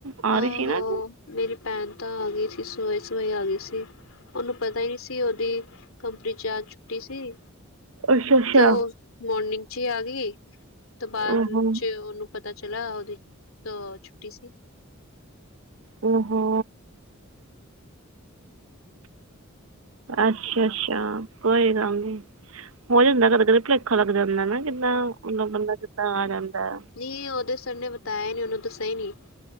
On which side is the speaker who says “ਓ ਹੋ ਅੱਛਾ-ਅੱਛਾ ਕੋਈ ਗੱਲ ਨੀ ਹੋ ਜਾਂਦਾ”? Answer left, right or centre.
Right